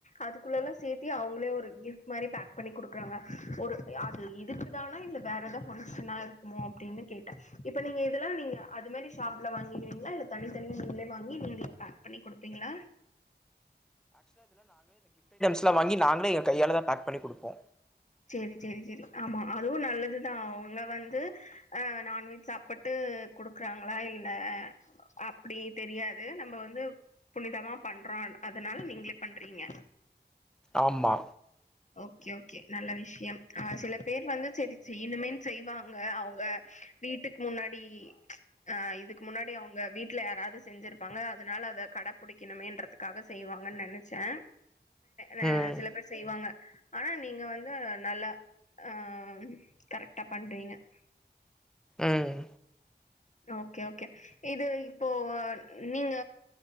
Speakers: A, on the left; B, in the centre.
A: அதுக்குள்ளலா சேத்தி அவங்களே ஒரு கிஃப்ட் மாரி பேக் பண்ணி குடுக்குறாங்க ஒரு அது இதுக்கு தானா இல்ல வேற ஏதாவது பங்ஷ னா இருக்குமோ அப்டீனு கேட்ட இப்ப நீங்க இதெலா நீங்க அது மாதிரி ஷாப்ல வாங்கிருவீங்களா இல்ல தனித்தனியா நீங்ளே வாங்கி நீங்ளே பேக் பண்ணி குடுப்பீங்களா
B: நாங்ளே வாங்கி நாங்களே எங்க கையால தா பேக் பண்ணி குடுப்போ
A: செரி செரி செரி ஆமா அதுவு நல்லதுதா அவுங்க வந்து அ நான்வெஜ் சாப்பிட்டு குடுக்குறாங்களா இல்ல அப்டி தெரியாது நம்ம வந்து புனிதமா பண்றோ அதனால நீங்களே பண்றீங்க
B: ஆமா
A: ஓகே ஓகே நல்ல விஷயம் ஆ சில பேர் வந்து செரி செய்யுனுமேன் செய்வாங்க அவுங்க வீட்டுக்கு முன்னாடி ஆ இதுக்கு முன்னாடி அவுங்க வீட்ல யாராவது செஞ்சிருப்பாங்க அதனால அத கட பிடிக்கணுமேன்றதுக்காக செய் வாங்கன்னு நெனைச்சே ந
B: ம்
A: சில பேர் செய்வாங்க ஆனா நீங்க வந்து நல்லா ஆ கரெக்டா பண்றீங்க <inaudible>
B: ம்
A: ஓகே ஓகே இது இப்போ நீங்க